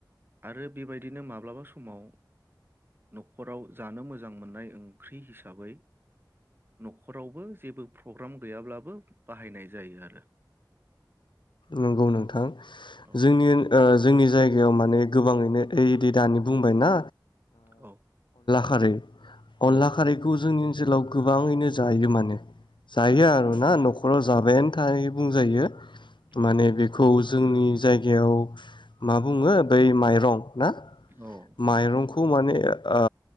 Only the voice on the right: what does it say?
आरो बेबायदिनो माब्लाबा सम समाव न'खराव जानो मोजां मोननाय ओंख्रि हिसाबै हिसाबै न'खरावबो जेबो प्रग्राम गैयाब्लाबो बाहायनाय जायो आरो
औ
औ
औ
उम
औ
औ
औ